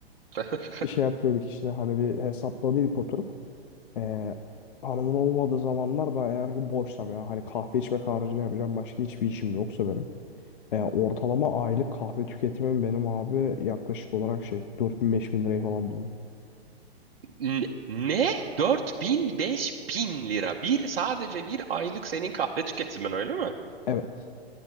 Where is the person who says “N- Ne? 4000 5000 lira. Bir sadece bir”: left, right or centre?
Right